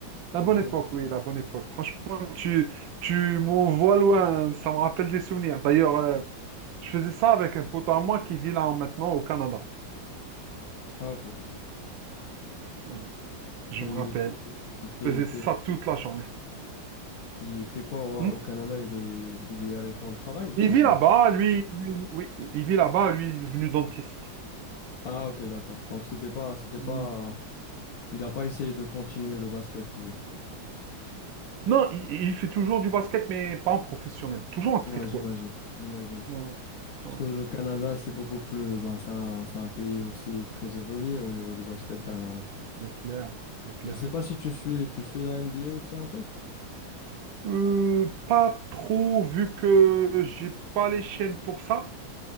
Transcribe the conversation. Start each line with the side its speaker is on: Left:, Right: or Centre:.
Right: La
Left: Exactement.
Right: bonne époque, oui, la bonne époque. Franchement, tu, tu m'envoies loin, ça me rappelle des souvenirs. D'ailleurs, euh, je faisais ça avec un pote à moi qui vit là maintenant au Canada.
Left: Ah, ok. Et
Right: Mm. Je
Left: il
Right: me rappelle.
Left: fait, il fait,
Right: faisait
Left: il
Right: ça
Left: fait,
Right: toute la journée.
Left: il fait quoi
Right: Hmm.
Left: au, au Canada? Il est, il y est allé pour le travail, j'imagine.
Right: Il vit là-bas, lui, lui- oui, il vit là-bas, lui, il est devenu dentiste.
Left: Ah, ok, d'accord. Donc, c'était pas, c'était
Right: Hmm.
Left: pas, il a pas essayé de continuer le basket, lui.
Right: Non, il, il fait toujours du basket, mais pas en professionnel, toujours en streetball.
Left: Ouais, j'imagine, j'imagine.
Right: Ouais, ouais.
Left: Parce que le Canada, c'est beaucoup plus. Ben, c'est un, c'est un pays aussi très évolué au niveau du basket dernièrement.
Right: C'est clair, c'est clair.
Left: Je sais pas si tu suis, tu suis la NBA aussi un peu?
Right: Euh, pas trop, vu que j'ai pas les chaînes pour ça,